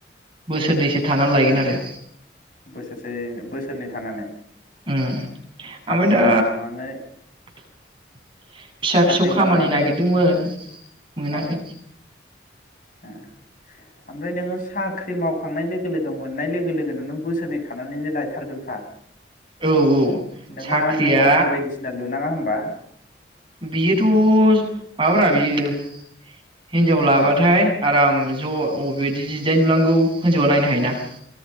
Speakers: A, on the right (about 30°); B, on the left (about 45°).
A: बोसोरनैसो थानानै लायगोन आरो।
B: बोसोरसे बोसोरनै थानानै?
A: उम।
B: साख्रि
A: ओमफ्राय दा
B: मावनानै
A: फिसा
B: साख्रि
A: फिसौ खामानि
B: मावनानै
A: नागिरदोंमोन मोनाखै।
B: औ ए ओमफ्राय नोङो साख्रि मावखांनाय लोगो लोगो मोननाय लोगो लोगोन नों बोसोरनै थानानैनो लायथारगोनफा?
A: औ औ
B: नोंहा
A: साख्रिया
B: न आरि बायदिसिना लुनाङा होमबा
A: बियोथ माबाफ्रा बियो हिनजाव लाबाथाय
B: मा
A: आराम ज अबेबायदि डिजाइन लुनांगौ हिनजौआ नायनो हायोना।